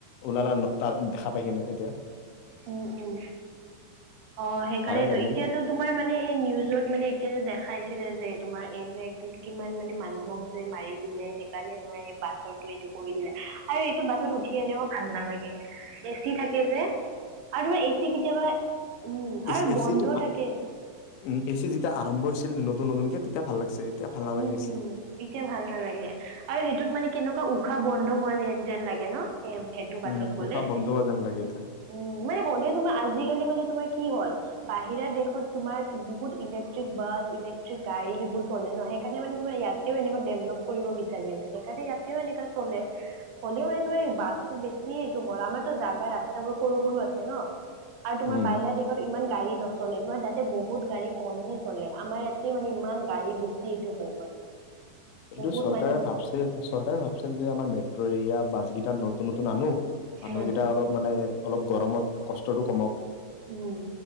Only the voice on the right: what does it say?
উম উম, অঁ সেইকাৰণেইতো
এতিয়াতো- তোমাৰ মানে এই নিউজত মানে এতিয়া যে দেখাইছিলে যে তোমাৰ এই যে কিমান মানে মানুহক- যে মাৰি দিলে। সেইকাৰণে তই এই বাছৰ এইটো কৰি দিলে আৰু এইটো বাছত উঠি এনেও ভাল নালাগে। এ চি থাকে যে আৰু এচি কেতিয়াবা- উম,
আৰু
বন্ধ
থাকে।
উম
উম।
এতিয়া ভাল নালাগে আৰু সেইটোত মানে কেনেকুৱা উশাহ বন্ধ হোৱা ন যেন লাগে ন। বাছত
গ'লে।
উম মানে হলে তোমাৰ আজিকালি মানে তোমাৰ কি হ'ল- বাহিৰা দেশত তোমাৰ বহুত ইলেক্ট্ৰিক বাছ, ইলেক্ট্ৰিক গাড়ী সেইবোৰ চলে ন। সেইকাৰণে মানে তোমাৰ ইয়াতেও এনে ডেভলপ কৰিব বিচাৰি আছে। সেইকাৰণে ইয়াতেও এনেকা চলে। হ'লেও মানে তোমাৰ এই বাছতটো বেছি এইটো হল। আমাৰতো জাগা, ৰাস্তাবোৰ সৰু সৰু আছে ন। আৰু তোমাৰ
বাহিৰা দেশত ইমান গাড়ী নচলে, তোমাৰ তাতে বহুত গাড়ী কমহে চলে। আমাৰ ইয়াত- মানে ইমান গাড়ী বেছি এইটো হৈ গ'ল।
বহুত
মানুহে
উম,
উম।